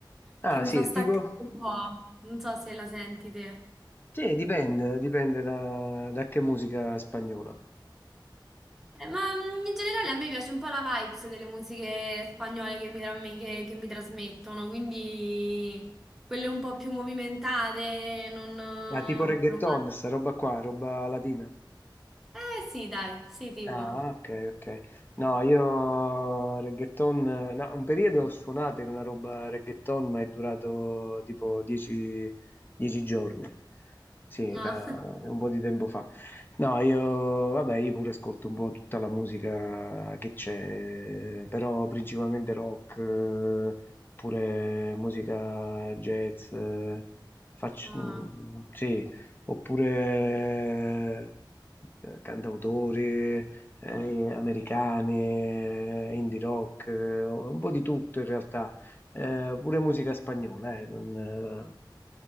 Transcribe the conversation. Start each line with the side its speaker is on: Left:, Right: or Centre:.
Left: Ah,
Centre: che mi
Left: sì,
Centre: fa
Left: è
Centre: staccare
Left: tipo?
Centre: un po'. Non so se la senti te.
Left: Sì, dipende, dipende da, da che musica spagnola.
Centre: Eh, Ma mm, in generale a me piace un po' la vibes delle musiche spagnole che mi, tra- me- che- che mi trasmettono, quindi quelle un po' più movimentate, non
Left: Ma tipo reggaeton,
Centre: romantiche.
Left: sta roba qua, roba latina.
Centre: Eh sì, dai, sì, tipo.
Left: Ah, ok, ok. No, io reggaeton, no, un periodo ho suonato in una roba reggaeton, ma è durato tipo 10 10 giorni. Sì,
Centre: Ma,
Left: da-
Centre: <laughs>
Left: un po' di tempo fa. No, io, vabbè, io pure ascolto un po' tutta la musica che c'è, però principalmente rock, eh, pure musica jazz, eh, faccio,
Centre: ah,
Left: sì, oppure eh, cantautori eh, americane, eh, indie rock, eh, un po' di tutto in realtà, Eh, pure musica spagnola, eh, non, eh,